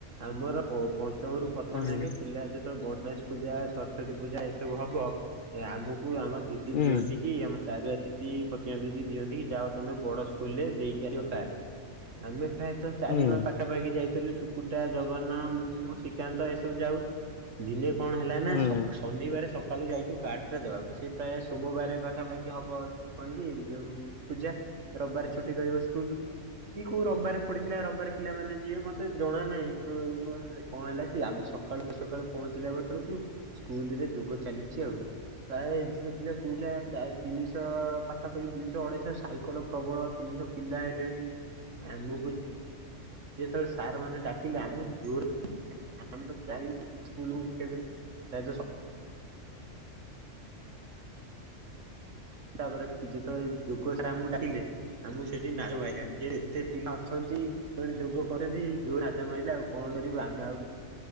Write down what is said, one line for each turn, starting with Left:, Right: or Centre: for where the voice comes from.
Right: ଆମର ପଞ୍ଚମରୁ ପ୍ରଥମ
Left: ହୁଁ
Right: ଯାକେ ପିଲା ଯେତେବେଳେ ଗଣେଶ ପୂଜା ସରସ୍ଵତୀ ପୂଜା ଏସବୁ ହବ ଆମକୁ ଆମ ଦିଦି
Left: ହୁଁ
Right: ଦିଅନ୍ତି କି ଆମ ଚାରିଆ ଦିଦି ପତିଆ ଦିଦି ଦିଅନ୍ତି କି ଯାହା ତମେ ବଡ ସ୍କୁଲ ରେ ଦେଇକି ଆ କାଡ ଆମେ ପ୍ରାୟତଃ ଚାରିଦିନ
Left: ହୁଁ
Right: ପାଖାପାଖି ଯାଇ ଥିଲୁ ସୁପୁଟା ଜଗନ୍ନ ମୁଁ ଶ୍ରୀକାନ୍ତ ଏସବୁ ଯାଉ ଦିନେ କଣ ହେଲା ନା
Left: ହୁଁ।
Right: ଶନିବାର କାଲି ଯାଇଛୁ କାର୍ଡ ଟା ଦେବାକୁ ସେ ପ୍ରାୟ ସୋମବାର ପାଖାପାଖି, ହବ ଯଉ କଣ କି ଯଉ ପୂଜା ରବିବାର ଛୁଟି ରହିବ ସ୍କୁଲ। କି କୋଉ ରବାରେ ପଡିଥିଲା ରବାରେ ପିଲାମାନୋନେ ଯିବେ ମତେ ଜଣା ନାହିଁ କଣ ହେଲା କି ଆମେ ସକାଳୁ ସକାଳୁ ପହଞ୍ଚିଲା ବେଳକୁ ସ୍କୁଲ ରେ ଯୋଗ ଚାଲିଛି ଆଉ ପ୍ରାୟ ଝିଅ ପିଲା ପୁଅପିଲା ତିନିଶହ ପାଖାପାଖି ଦୁଇଶହ ଅଢେଇଶହ ସାଇକେଲ ପ୍ରବଳ ତିନିଶହ ପିଲା ହେଲେଣି ଆମକୁ ଯେତେବେଳେ ସାର୍ ମ ଡାକିଲେ ଆମେ ଜୋର ଆମେ ତ ଚାହିବୁ ସ୍କୁଲକୁ ତାତ <inaudible> <inaudible> ତାପରେ ଯେତେବେଳେ ଯୋଗ ସାର ଆମକୁ ଡାକିଲେ ଆମକୁ ସେଠି ନାଜ ମାଇଲା। ଯେ ଏତେ ପିଲା ଅଛନ୍ତି। ଯୋଗ କରନ୍ତି ଯୋଉ ନାଜ ମାଇଲା ଆଉ କଣ କରିବୁ ଆମେ ଆଉ